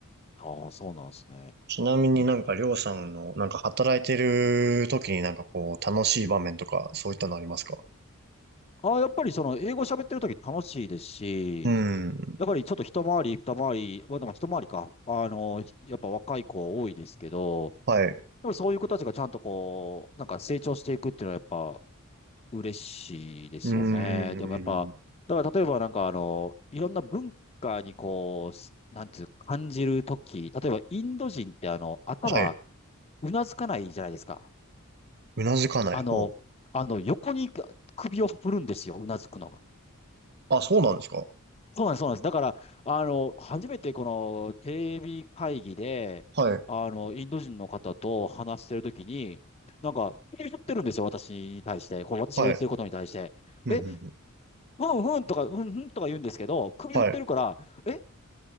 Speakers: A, on the left; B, on the right.
A: ああ、そうなんですね。
B: ちなみになんか、りょうさんの、なんか働いてる時になんかこう、楽しい場面とか、そういったのありますか
A: ああ、やっぱりその英語喋ってるとき楽しいですし、
B: うん、
A: やっぱりちょっと一回り、二回り、まあでも一回りか、あの、やっぱ若い子多いですけど、
B: はい。
A: でもそういう子たちがちゃんとこう、なんか成長していくっていうのはやっぱ嬉しいですよね。
B: うーん、
A: でもやっぱ、だから例えばなんかあの、いろんな文化にこう、すなんていう感じるとき例えばインド人ってあの、頭、
B: はい。
A: うなずかないじゃないですか。
B: うなずかない方。
A: あの、あの、横に首を振るんですよ、うなずくのが。
B: あ、そうなんですか
A: そうなんです、そうなんです。だから、あの、初めてこのテレビ会議で、
B: はい、
A: あの、インド人の方と話してるときに、なんか、言ってるんですよ、私に対して。こう、私が言ってることに対して。
B: はい。うん、
A: え、
B: うん、うん。
A: うんうんとか、うんうんとか言うんですけど、首振ってるから、
B: はい。
A: え、